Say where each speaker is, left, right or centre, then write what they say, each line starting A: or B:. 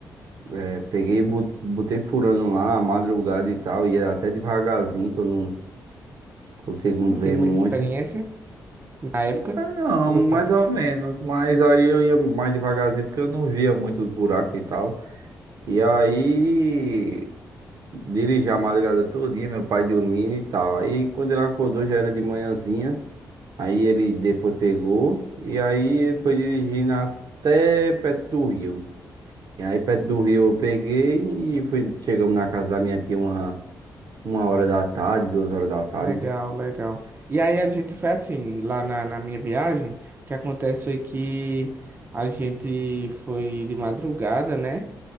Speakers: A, on the right; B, on the right.
A: É, peguei, e bot- botei furando lá, a madrugada e tal, ia até devagarzinho, que eu não consigo
B: Não
A: ver
B: tinha muita
A: muito.
B: experiência na época?
A: Não,
B: Ou não?
A: mais ou menos, mas aí eu ia. Mais devagarzinho, porque eu não via muito os buracos e tal. E aí. Dirigi a madrugada todinha, meu pai dormindo e tal. Aí quando ele acordou já era de manhãzinha. Aí ele depois pegou e aí ele foi dirigindo até perto do rio. E aí perto do rio eu peguei e fui, chegamos na casa da minha tia uma, uma hora da tarde, duas horas da tarde.
B: Legal, legal. E aí a gente foi assim, lá na, na minha viagem, o que acontece foi que a gente foi de madrugada, né?